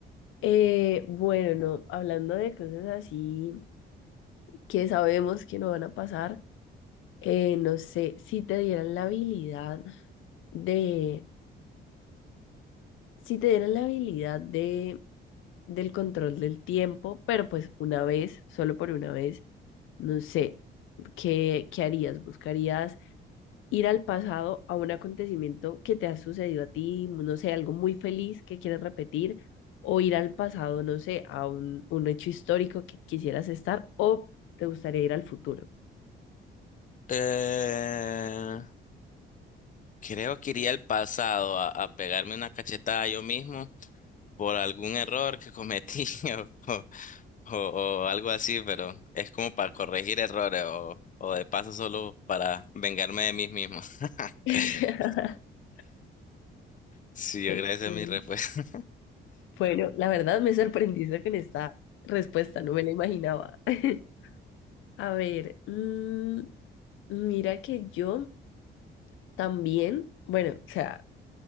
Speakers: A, on the left; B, on the left.
A: Eh, bueno, no, hablando de cosas así que sabemos que no van a pasar, eh, no sé, si te dieran la habilidad de, si te dieran la habilidad de, del control del tiempo, pero pues una vez, solo por una vez, no sé, ¿qué, qué harías? ¿Buscarías ir al pasado a un acontecimiento que te ha sucedido a ti, no sé, algo muy feliz que quieres repetir, o ir al pasado, no sé, a un, un hecho histórico que quisieras estar, o te gustaría ir al futuro.
B: Eh, creo que iría al pasado a, a pegarme una cachetada yo mismo por algún error que cometí <laughs> o, o, o o algo así, pero es como para corregir errores o, o de paso solo para vengarme de mí mismo. <laughs>
A: <laughs>
B: Sí,
A: Ok.
B: yo creo que esa es mi respuesta.
A: Bueno, la verdad me sorprendiste con esta respuesta, no me la imaginaba. <laughs> A ver, mm, mira que yo también, bueno, o sea,